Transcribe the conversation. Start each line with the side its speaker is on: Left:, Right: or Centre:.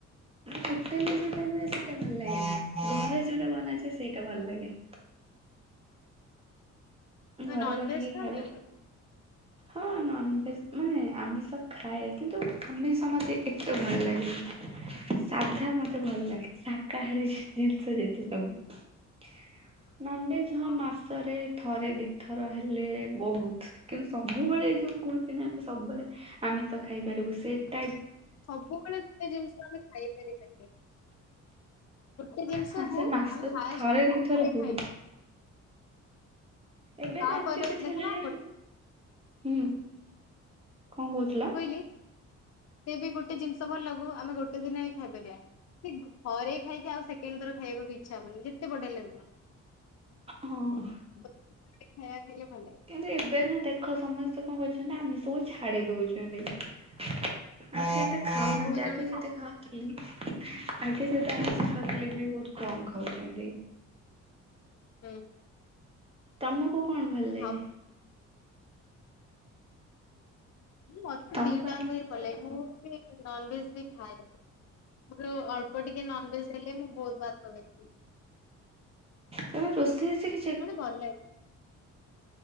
Right: ହୋଟେଲରେ ଯୋଉଟା ମିଳେ ସେଇଟା ଭଲ ଲାଗେନି, ଘରେ ଯୋଉଟା ବାନଯାଏ ସେଇଟା ଭଲ ଲାଗେ।
Left: ତ
Right: ଘରେ
Left: ନନଭେଜ୍
Right: ବନେଇକି
Left: ଖାଅନା
Right: ଖାଇବେ।
Left: କି?
Right: ହଁ ନନ୍ଭେଜ୍ ମାନେ ଆମିଷ ଖାଏ କିନ୍ତୁ ଆମିଷ ମୋତେ ଏତେ ଭଲ ଲାଗେନି। ସାଧା ମତେ ଭଲ ଲାଗେ ଶାକାହାରୀ ଜିନିଷ ଯେତେ ସବୁ। ନ ଭେଝ
Left: ହଁ
Right: ମାସରେ ଥରେ ଦିଥର ହେଲେ ବହୁତ କିନ୍ତୁ ସବୁବେଳେ ଏ ଯୋଉ କୁହନ୍ତି ନା ଆମେ ସବୁବେଳେ ଆମିଷ ଖାଇପାରିବୁ ସେଟା
Left: ସବୁବେଳେ ସେ ଜିନିଷ ଆମେ ଖାଇପାରିବା ନି। ଗୋଟେ ଜିନିଷ
Right: ହଁ
Left: କୁ
Right: ସେ ମାସକୁ
Left: ଆମେ ହାଏଷ୍ଟେ
Right: ଥରେ ଦିଥର
Left: ଦି
Right: ବହୁତ
Left: ଖାଇବା ନି।
Right: ଏବେ
Left: ତାପରେ
Right: ତ ଏମିତି କିଛି
Left: ଦେଖୁନ
Right: ହେ ହୁଁ
Left: ଗୋଟେ
Right: କଣ କହୁଥିଲ?
Left: ସେ ବି ଗୋଟେ ଜିନିଷ ଭଲ ଲାଗୁ ଆମେ ଗୋଟେ ଦିନ ହିଁ ଖାଇପାରିବା। ସେ ଘରେ ଖାଇକିଆଉ ସେକେଣ୍ଡ ଥର ଖାଇବାକୁ ଇଚ୍ଛା ହବନି ଯେତେ ବଡିଆ ଲଗୁଥଊ।
Right: ହଁ
Left: <unintelligible> ଖାଇଲେ ଭଲ ଲାଗେ।
Right: କିନ୍ତୁ ଏବେ ନା ଦେଖ ସମସ୍ତେ କଣ କରୁଛନ୍ତି ଆମେ ସବୁ ଛାଡି ଦଉଛନ୍ତି। ଆଗେ ଏତେ ଖାଉନାହାନ୍ତି
Left: ଆଉ ବହୁତ ଜଣ
Right: ଆଗେ ଯତେ ଖାଉ ଆଜ୍ଞା ଯଦି ଆମେ ସୁପାାତଲି ବି ବହୁତ କମ ଖାଉଛନ୍ତି।
Left: ହୁଁ।
Right: ତମକୁ କଣ ଭଲ ଲାଗେ?
Left: ଆଉ ମତେ
Right: ତମକୁ
Left: ଦିଟାଙ୍କ
Right: ଆମିଷ
Left: ବି
Right: ଭିତରେ
Left: ଭଲ ଲାଗେ
Right: କଣ
Left: ମୁଁ ବି ନଭେଜ ବି ଖାଏ ମୋର ଅଳ୍ପ ଟିକେ ନନଭେଜ ହେଲେ ମୁଁ ବହୁତ ଭାତ ଖା
Right: ତମେ ରୋଷେଇ ସି
Left: ମତେ ଭଲ ଲାଗେ।